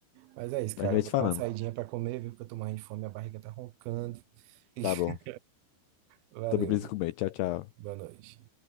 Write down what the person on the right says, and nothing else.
Mas é isso, cara.
Vou
dar uma saidinha pra comer, viu? Porque eu tô morrendo de fome, minha barriga tá roncando. <laughs>
Valeu.
Boa noite.